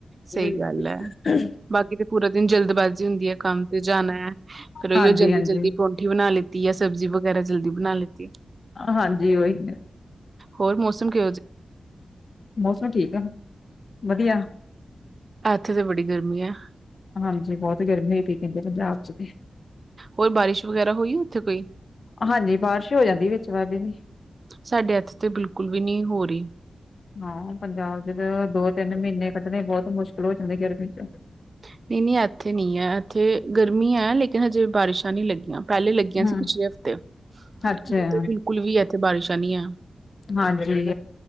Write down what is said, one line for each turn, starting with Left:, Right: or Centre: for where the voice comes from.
Right: ਸਹੀ
Left: ਹਮ
Right: ਗੱਲ ਹੈ
Left: <unintelligible> <unintelligible>
Right: ਬਾਕੀ ਤੇ ਪੂਰਾ ਦਿਨ, ਜਲਦਬਾਜ਼ੀ ਹੁੰਦੀ ਹੈ, ਕੰਮ ਤੇ ਜਾਣਾ ਹੈ, ਫੇਰ ਉਹੀਓ
Left: ਹਾਂਜੀ
Right: ਜਲਦੀ
Left: ਹਾਂਜੀ
Right: ਜਲਦੀ ਪ ਰੋਟੀ ਬਣਾ ਲੀਤੀ, ਸਬਜ਼ੀ ਵਗੈਰਾ ਜਲਦੀ ਬਣਾ ਲਿਤੀ
Left: ਆ ਹਾਂਜੀ, ਉਹੀ ਤੇ,
Right: ਹੋਰ ਮੌਸਮ ਕ
Left: ਮੌਸਮ ਠੀਕ ਆ, ਵਧੀਆ।
Right: ਇੱਥੇ ਤੇ, ਬੜੀ ਗਰਮੀ ਆ
Left: ਹਾਂਜੀ, ਬਹੁਤ ਗਰਮੀ ਹੋਈ ਪਈ, ਕਹਿੰਦੇ ਪੰਜਾਬ ਚ
Right: ਹੋਰ ਬਾਰਿਸ਼ ਵਗੈਰਾ, ਹੋਈ ਆ ਉੱਥੇ ਕੋਈ?
Left: ਹਾਂਜੀ, ਬਾਰਿਸ਼ ਹੋ ਜਾਂਦੀ ਵਿਚ ਵਾਰ ਦੀ ਵੀ
Right: ਸਾਡੇ ਐਥੇ ਤੇ ਬਿਲਕੁਲ ਵੀ, ਨਹੀਂ ਹੋ ਰਹੀ
Left: ਹਾਂ, ਪੰਜਾਬ ਚ ਤੇ ਦੋ -ਤਿੰਨ ਮਹੀਨੇ ਕੱਢਣੇ, ਬਹੁਤ ਮੁਸ਼ਕਿਲ ਹੋ ਜਾਂਦੇ ਗਰਮੀ ਚ
Right: ਨਹੀਂ-ਨਹੀਂ, ਇੱਥੇ ਨਈ ਐ ਇੱਥੇ ਗਰਮੀ ਹੈ, ਲੇਕਿਨ ਹਜੇ ਬਾਰਿਸ਼ਾਂ ਨਹੀਂ ਲੱਗੀ ਪਹਿਲੇ ਲੱਗੀਆਂ
Left: ਹੂੰ
Right: ਸੀ। ਪਿਛਲੇ ਹਫ਼ਤੇ
Left: ਅੱਛਾ
Right: ਹੁਣ ਤੇ ਬਿਲਕੁਲ ਵੀ, ਇੱਥੇ ਬਾਰਿਸ਼ਾਂ ਨੀ ਹੈ।
Left: ਹਾਂਜੀ